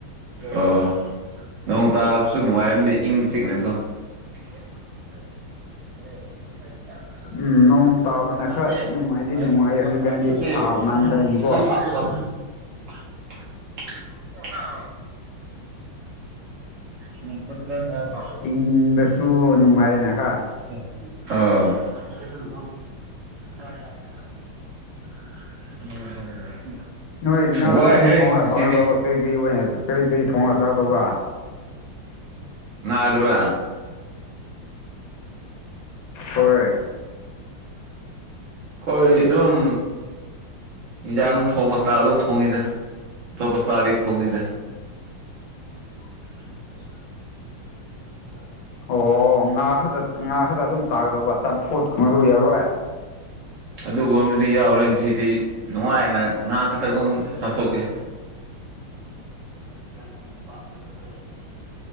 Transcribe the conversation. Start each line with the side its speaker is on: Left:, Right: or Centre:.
Right: ꯑꯣ ꯅꯣꯡ ꯇꯥꯕꯁꯨ ꯅꯨꯡꯉꯥꯏꯕꯅꯦ ꯏꯪ ꯆꯤꯛꯅꯤꯀꯣ ꯑ <inaudible> <unintelligible>
Left: ꯎꯝ ꯅꯣꯡ ꯇꯥꯕꯅ ꯈꯔ ꯅꯨꯡꯉꯥꯏꯗꯤ ꯅꯨꯡꯉꯥꯏꯌꯦ ꯍꯧꯖꯤꯛꯀꯥꯟꯗꯤ ꯁꯥꯃꯟꯕꯒꯤꯀꯣ
Right: <unintelligible> <unintelligible> ꯎꯝ ꯄꯒ ꯍꯥꯏꯔꯕ
Left: ꯏꯪꯕꯁꯨ ꯅꯨꯡꯉꯥꯏꯌꯦꯅꯈꯔ
Right: ꯑꯥꯎ <unintelligible> ꯏꯁ
Left: ꯅꯣꯏ ꯉꯥ
Right: ꯋꯥꯏꯍꯦ
Left: ꯈꯛꯇ ꯊꯣꯡꯉꯒ
Right: ꯉꯁꯤꯗꯤ
Left: ꯆꯥꯒꯗꯧꯕ ꯀꯔꯤ ꯀꯔꯤ ꯑꯣꯏꯅ ꯀꯔꯤ ꯀꯔꯤ ꯊꯣꯡꯉꯒ ꯆꯥꯒꯗꯧꯕ꯭ꯔꯥ
Right: ꯉꯥꯗꯨ꯭ꯔ
Left: ꯍꯣꯏ
Right: ꯎꯝ <unintelligible> ꯀꯣꯏ ꯑꯗꯨꯝ ꯌꯦꯟꯖꯥꯡ ꯊꯣꯡꯕ ꯏꯁꯇꯥꯏꯜꯗ ꯑꯗꯨꯝ ꯊꯣꯡꯅꯤꯗ ꯑꯇꯣꯞꯄ ꯏꯁꯇꯥꯏꯜꯗꯤ ꯊꯣꯡꯗꯦꯗ
Left: <inaudible>
Right: <inaudible>
Left: ꯑꯣ ꯉꯥ ꯈꯛꯇ ꯉꯥ ꯈꯛꯇ ꯑꯗꯨꯝ ꯆꯥꯒꯗꯧꯕ ꯆꯝꯐꯨꯠꯀꯨꯝꯕꯗꯨ ꯌꯥꯎꯔꯣꯏ
Right: ꯑꯗꯨꯒꯨꯝꯕꯗꯤ ꯌꯥꯎꯔꯣꯏ ꯉꯁꯤꯗꯤ ꯅꯨꯡꯉꯥꯏꯅ ꯉꯥ ꯈꯛꯇ ꯑꯗꯨꯝ ꯆꯥꯊꯣꯛꯀꯦ <inaudible>